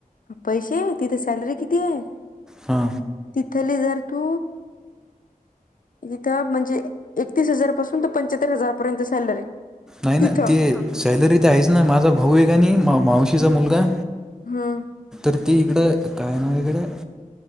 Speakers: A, on the left; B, in the centre.
A: पैसे तिथे सॅलरी किती तीन
B: हा
A: थली जर तू इथं म्हणजे एकतीस हजार पासून तर पंच्याहत्तर हजारपर्यंत सॅलरी.
B: नाही
A: तिथं
B: ना ते सॅलरी ते आहेच ना माझा भाऊ आहे का नाही मावशीचा मुलगा
A: हम्म
B: तर त इकडं काय ना इकडे